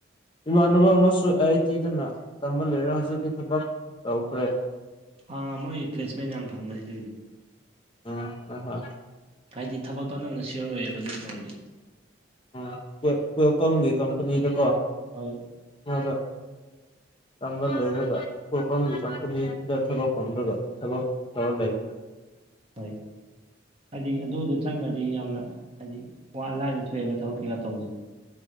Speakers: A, on the left (about 25°); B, on the right (about 30°).
A: ꯏꯃꯥꯟꯅꯕ ꯑꯃꯁꯨ ꯑꯥꯏ ꯑꯥꯏ ꯇꯤꯗꯅ ꯇꯝꯕ ꯂꯣꯏꯔꯒ ꯍꯧꯖꯤꯛꯇꯤ ꯊꯕꯛ ꯇꯧꯈ꯭ꯔꯦ
B: ꯑꯥ ꯃꯣꯏ ꯄ꯭ꯂꯦꯁꯃꯦꯟ ꯌꯥꯝ ꯐꯪꯕꯅꯤ ꯑꯗꯨꯒꯤꯗꯤ
A: ꯑꯥ ꯍꯣ ꯍꯣꯏ
B: ꯍꯥꯏꯗꯤ ꯊꯕꯛꯛꯇꯣ ꯅꯪꯅ ꯁꯤꯌꯣꯔꯑꯣꯏꯕ ꯑꯗꯨ ꯇꯧꯔꯗꯤ
A: ꯑꯥ ꯀꯋꯦꯜ ꯀ꯭ꯋꯦꯜꯀꯝꯒꯤ ꯀꯝꯄꯅꯤꯗꯀꯣ
B: ꯍꯣꯏ
A: ꯍꯗꯣ ꯇꯝꯕ ꯂꯣꯏꯔꯒꯥ ꯀꯣꯜꯀꯝꯒꯤ ꯀꯝꯄꯅꯤꯗꯥ ꯊꯕꯛ ꯐꯪꯗꯔꯥꯒ ꯊꯕꯛ ꯑꯧ ꯂꯩ
B: ꯍꯣꯏ ꯍꯥꯏꯗꯤ ꯑꯗꯨꯗꯣ ꯆꯪꯉꯗꯤ ꯌꯥꯝꯅ ꯍꯥꯏꯗꯤ ꯋꯥ ꯂꯥꯏꯅ ꯊꯣꯛꯑꯦꯕ ꯊꯕꯛ ꯀꯩꯀꯥ ꯇꯧꯕꯁꯦ